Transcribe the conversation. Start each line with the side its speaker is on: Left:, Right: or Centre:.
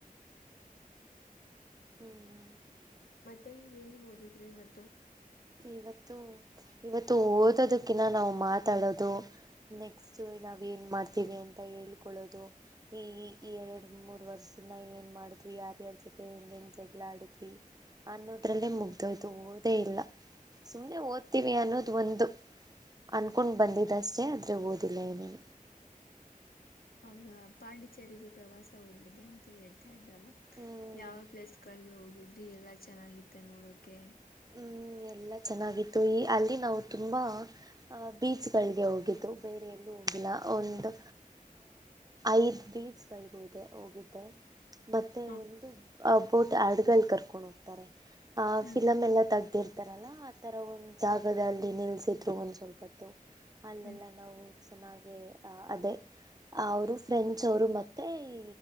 Left: ಹ್ಮ್
Right: ಹ್ಮ್
Left: ಮತ್ತೆ ಏನನ್ ಓದುದ್ರಿ ಇವತ್ತು
Right: ಇವತ್ತು ಇವತ್ತು ಓದೋದಕ್ಕಿನ್ನ ನಾವು ಮಾತಾಡೋದು ನೆಕ್ಸ್ಟ್ ಇ ನಾವೇ ಏನ ಮಾಡ ಡ್ತೀನಿ ಅಂತ ಹೇಳ್ಕೊದು ಇ ಇ ಇ ಎರಡು ಮೂರ್ ವರ್ಷ ದಿನ ಏನ್ ಮಾಡಿದ್ವಿ ಯಾರ್ಯಾರ್ ಜೊತೆ ಹೆಂಗ ಹೆಂಗ್ ಜಗಳ ಆಡಿದ್ವಿ ಅನ್ನೋದ್ರಲ್ಲೇ ಮುಗ್ದೋಯ್ತು ಓದೇ ಇಲ್ಲ ಸುಮ್ಮ್ನೆ ಓದ್ತೀವಿ ಅನ್ನೋದು ಒಂದು ಅನ್ಕೊಂಡ್ ಬಂದಿದ್ದಷ್ಟೇ ಅತ್ರ ಬದಿಲ್ಲ ಏನುವೇ
Left: ಹೌದಾ ಪಾಂಡಿಚೇರಿಗೆ ಪ್ರವಾಸ ಹೋಗಿದೆ ಅಂತ ಹೇಳಿದೆ <unintelligible>
Right: ಹ್ಮ್
Left: ಯಾವ್ಯಾವ್ ಪ್ಲೇಸ್ ಗಳಲ್ಲಿ ಹೋಗಿ ೀ ಎಲ್ಲಾ ಚೆನ್ನಾಗಿತ್ತ ನೋಡೋಕೆ
Right: ಹ ಎಲ್ಲ ಚೆನ್ನಾಗಿತ್ತು ಈ ಅಲ್ಲಿ ನಾವು ತುಂಬ ಬೀಚ್ಗಳಿಗೆ ಹೋಗಿದ್ದು ಬೇರೆ ಎಲ್ಲೂ ಹೋಗಿಲ್ಲ ಒಂದು ಐದು ಬೀಚ್ಗಳಗೋದೆ ಹೋಗಿದ್ದೆ ಮತ್ತೆ
Left: ಹ
Right: ಒಂದು ಅ ಬೋಟ್ ಹರ್ಡ್ಗಳು ಕರ್ಕೊಂಡು ಹೋಗ್ತಾರೆ ಹ
Left: ಹ್ಮ್
Right: ಎಲ್ಲಾ ತೆಗ್ದಿರ್ತಾರಲ್ಲಾ ಆ ತರ ಒಂದ್ ಜಾಗದಲ್ಲಿ ನಿಲ್ಸಿದ್ರು ಒಂದ್ ಸ್ವಲ್ಪತ್ತು ಅಲ್ಲೆಲ್ಲ
Left: ಹ್ಮ್
Right: ನಾವು ಚೆನ್ನಾಗೆ ಅ ಅದೇ ಅವರು ಫ್ರೆಂಚ್ ಅವರು ಮತ್ತೆ ಈ